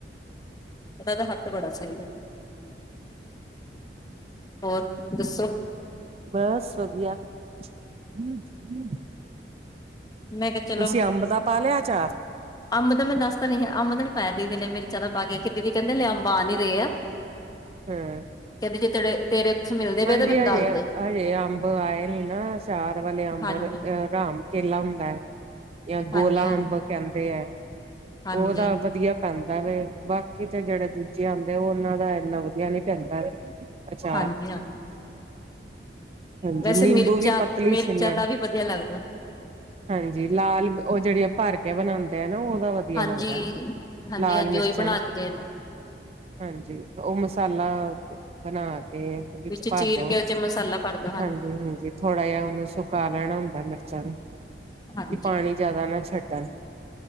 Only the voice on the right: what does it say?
ਬਸ ਵਧੀਆ <unintelligible>
ਤੁਸੀਂ ਅੰਬ ਦਾ ਪਾ ਲਿਆ। ਚਾਰ
ਹਮ
ਹਾਂਜੀ
ਹਜੇ
ਹਜੇ ਅੰਬ ਆਏ ਨੀ ਨਾਂ ਅਚਾਰ ਵਾਲੇ ਅੰਬ
ਰਾਮ ਕੇਲਾ ਹੁੰਦਾ ਜਾਂ
ਗੋਲਾ
ਅੰਬ ਕਹਿੰਦੇ ਆ।
ਉਹ ਤਾਂ ਵਧੀਆ ਪੈਂਦਾ ਵੇ ਬਾਕੀ ਤੇ ਜਿਹੜੇ ਦੂਜੇ ਆਂਦੇ ਉਹਨਾਂ ਦਾ ਇੰਨਾ ਵਧੀਆ ਨੀ ਪੈਂਦਾ ਵ ਅੱਛਾ
ਹਾਂਜੀ
ਨਿੰਬੂ
ਵੀ ਪਤਲੀ
ਛਿੱਲੜ,
ਹਾਂਜੀ ਲਾਲ ਉਹ ਜਿਹੜੀ ਭਰ ਕੇ ਬਣਾਉਂਦੇ ਆ ਨਾ ਉਹ ਵਧੀਆ
ਲੱਗਦਾ
ਲਾਲ
ਮਿਰਚਾਂ
ਹਾਂਜੀ ਉਹ ਮਸਾਲਾ ਬਣਾ ਕੇ ਵਿੱਚ
ਭਰ ਦੋ
ਹਾਂਜੀ, ਹਾਂਜੀ ਥੋੜਾ ਜਿਹਾ ਉਹਨੂੰ ਸੁਕਾ ਲੈਣਾ ਹੁੰਦਾ ਮਿਰਚ ਅੱਛ ਕਿ
ਪਾਣੀ ਜਿਆਦਾ ਨਾ ਛੱਡਣ।